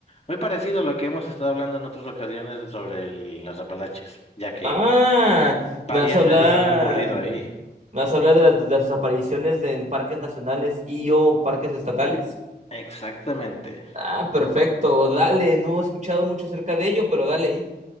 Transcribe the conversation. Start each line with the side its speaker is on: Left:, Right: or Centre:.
Left: Muy parecido a lo que hemos estado hablando en otras ocasiones sobre el- las Apalaches, ya que
Right: Ah,
Left: varias
Right: me vas a hablar,
Left: de esas han ocurrido ahí.
Right: me vas a hablar de las de las desapariciones de- en parques nacionales y o parques estatales.
Left: Exactamente.
Right: Ah, perfecto, dale, no he escuchado mucho acerca de ello, pero dale.